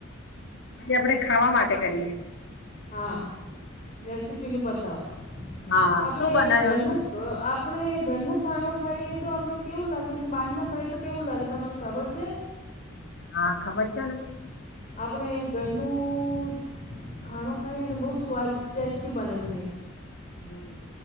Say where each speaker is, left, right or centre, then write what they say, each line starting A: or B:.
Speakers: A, on the left; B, on the left.
A: આજે આપણેે ખાવા માટે કરીએ
B: હા રેસીપીનું બતાવો
A: હા
B: આપણે
A: શું બનાયો?
B: ઘરનું અ આપણે ઘરનું ખાણું ખાઈએ તો આપણે કેવું લાગે બાારનું ખાઈએ તો કેવું લાગે તમને ખબર છે
A: હા ખબર છે ને
B: આપણે ઘરનું ખાણો ખાઈએ ને બહુ સ્વાદ ટેસ્ટી બને છે.
A: હમ્મ.